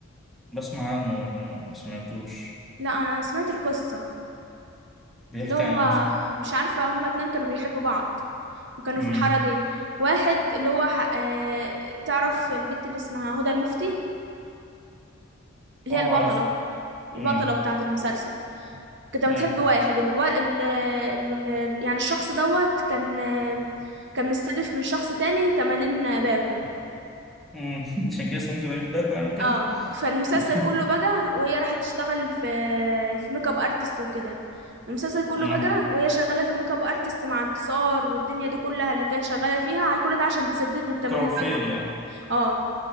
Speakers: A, in the centre; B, on the right (about 60°).
A: بسمع عنه ما ما سمعتوش
B: لا انا سمعت القصة
A: بيحكي
B: اللي هو
A: عن إيه أصلا؟
B: مش عارفة هما اتنين كانوا بيحبوا بعض وكانوا
A: امم
B: في الحارة دي واحد اللي هو ح... آه... تعرف البت اللي اسمها هدى المفتي اللي
A: أه
B: هي البطلة
A: أعرف
B: البطلة
A: امم
B: بتاعة المسلسل كنت بتحب
A: أي
B: واحد الو... ال... ال... ال... يعني الشخص دوت كان آه، كان مستلف من شخص تاني 80 باكو
A: امم <laughs> عشان كده اسمه 80 باك يعني وكده
B: اه فالمسلسل
A: <laughs>
B: كله بقى وهي راحت تشتغل في في ميك اب ارتست وكده المسلسل كله
A: امم
B: بقى وهي شغاله في الميك اب ارتست مع انتصار والدنيا دي كلها اللي كانت شغاله فيها كل ده عشان تسدد له التمارين
A: كوافير
B: بقى كلها
A: يعني
B: اه